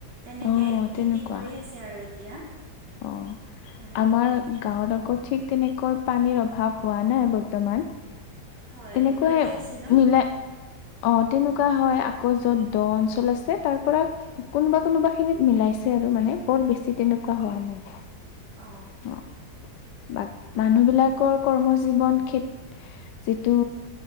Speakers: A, on the right (about 75°); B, on the left (about 85°).
A: তেনেকে
B: অ তেনেকুৱা
A: খেতি কৰি আছে আৰু এতিয়া।
B: অ'।
A: কাৰণে
B: আমাৰ গাঁৱত আ কো ঠিক তেনেকৈ পানীৰ অভাৱ হোৱা নাই বৰ্তমান।
A: হয়
B: তেনেকুৱাই
A: নদী আছে ন
B: মিলাই- অ' তেনেকুৱা হয় আকৌ য'ত দ' অঞ্চল আছে, তাৰপৰা কোনোবা - কোনোবাখিনিত মিলাইছে আৰু মানে, বৰ বেছি তেনেকুৱা হোৱা নাই।
A: অ
B: অ' বাক- মানুহবিলাক কৰ কৰ্ম-জীৱন ক্ষে- যিটো